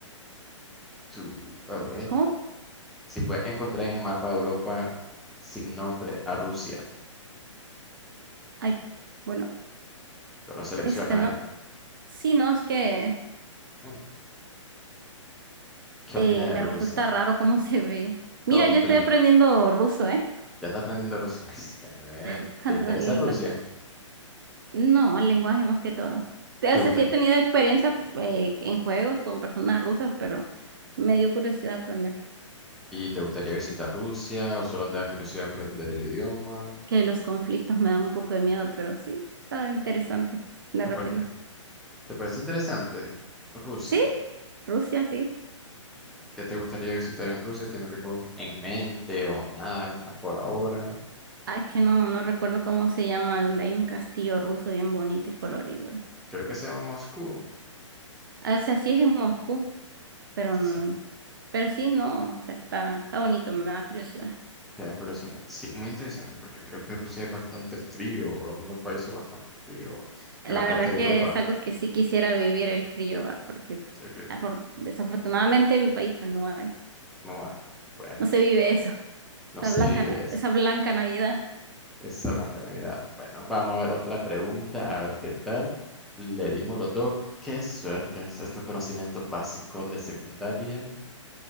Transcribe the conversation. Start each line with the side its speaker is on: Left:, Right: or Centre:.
Centre: Tú- a ver.
Right: ¿Cómo?
Centre: Si pueden encontrar en el mapa de Europa sin nombre a Rusia.
Right: Ay, bueno,
Centre: Tú lo selecciona,
Right: este no.
Centre: ¿eh?
Right: Sí, no, es que
Centre: Mm, ¿Qué
Right: eh,
Centre: opina de
Right: me
Centre: Rusia?
Right: resulta raro cómo <laughs> se ve. Mira,
Centre: Todo en
Right: yo estoy
Centre: blanco.
Right: aprendiendo ruso, ¿eh?
Centre: Ya está aprendiendo ruso. <laughs> Ay, es que a nivel.
Right: Buscando
Centre: ¿Te interesa
Right: lingua.
Centre: Rusia?
Right: No, lenguaje más que todo. O
Centre: ¿Te
Right: sea,
Centre: gusta?
Right: sí he tenido experiencia eh, en juegos con personas rusas, pero me dio curiosidad aprender.
Centre: ¿Y te gustaría visitar Rusia o solo te da curiosidad aprender el idioma?
Right: que los conflictos me dan un poco de miedo, pero sí, está interesante de
Centre: Aparte,
Right: repente.
Centre: ¿te parece interesante Rusia?
Right: ¿Sí? Rusia, sí.
Centre: ¿Qué te gustaría visitar en Rusia? ¿Tener algo en mente o nada por ahora?
Right: Ah, es que no, no recuerdo cómo se llama, donde hay un castillo ruso bien bonito y colorido.
Centre: Creo que se llama Moscú.
Right: O sea, sí es en Moscú, pero no-
Centre: Sí,
Right: pero sí, no, o sea, está, está bonito, me da curiosidad.
Centre: queda curiosidad. Sí, muy interesante porque creo que Rusia es bastante frío, o uno de los países bastante frío.
Right: La
Centre: En la parte
Right: verdad
Centre: de
Right: que
Centre: Europa,
Right: es algo que sí quisiera vivir el frío, va, porque
Centre: sí, frío.
Right: afor- desafortunadamente en mi país pues no hay,
Centre: No hay. Bueno,
Right: no se vive eso,
Centre: no
Right: esa
Centre: se
Right: blanca,
Centre: vive
Right: na-
Centre: eso.
Right: esa blanca Navidad.
Centre: Esa blanca Navidad. Bueno, vamos a ver otra pregunta, a ver qué tal. Le dimos los dos. Qué suerte. Estos conocimientos básicos de secundaria.